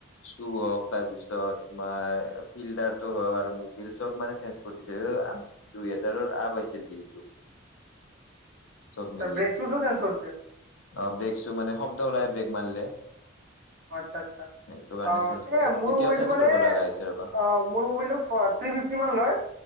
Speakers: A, on the left; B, on the right.
A: ছোঁ হক তাৰপিছত তোমাৰ ফিল্টাৰটো হওক আৰু মূ্বিল চব মানে চেঞ্জ কৰি দিছে। অ <unintelligible> দুই হেজাৰৰ আপ আহিছিল বিলটো। চব মিলি
B: চা ব্ৰেক চুসু চেঞ্চ কৰছে।
A: অ ব্ৰেক চো মানে শব্দ ওলাই ব্ৰেক মাৰিলে।
B: অ, আচ্চ্ছা আচ্ছা।
A: সেইটো কাৰণে
B: অ।
A: চেঞ্জ কৰি
B: এ মোৰ
A: এতিয়াও
B: মুবিলটো
A: চেঞ্জ
B: মানে
A: কৰিব
B: অ
A: লগা হৈছে ৰবা
B: মোৰ মুবিলটো থ্ৰি ফিফটি মান লয়।